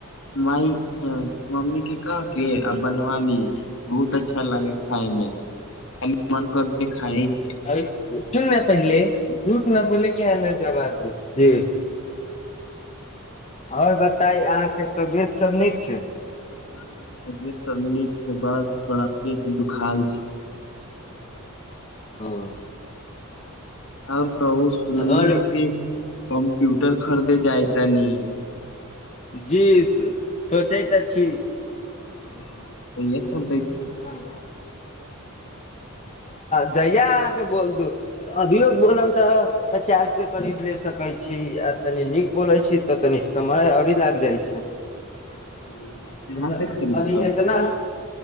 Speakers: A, on the left; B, on the left.
A: माय मम्मी के कह के आ बनव ली बहुत अच्छा लागे खाय खाली मन करते खाइ
B: हूँ
A: क
B: अइ सुन न पहिले झूठ न बोल क न जबा दू जी आओर बताइ अहाँके तबियतसभ नीक छै
A: ह तबियत सब नीक छै बस थोड़ा पेट दुखाल छै
B: हँ
A: आब कहू सुनली
B: आओर
A: है कि कम्प्यूटर खरीदे जाय त न
B: जी सोचय तऽ छी
A: ह कहिए खरद
B: ह जहिया अहाँके बोल दू अभियो बोलम तऽ पचास के करीब ले सकै छी आ तनी नीक बोलै छी तऽ तनी समय ओरी लाग जाइ छै मतलब
A: ओ, कहाँ से खरीदबह
B: अभी केतान